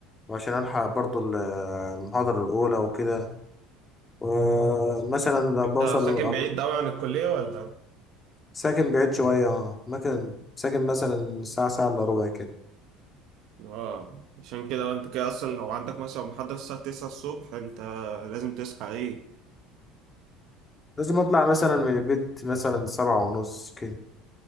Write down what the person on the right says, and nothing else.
انت
ساكن
بعيد قوي عن الكلية ولا
اه عشان كده بقى انت كده اصلا لو عندك مثلا محاضرة الساعة 9 الصبح انت لازم تصحى ايه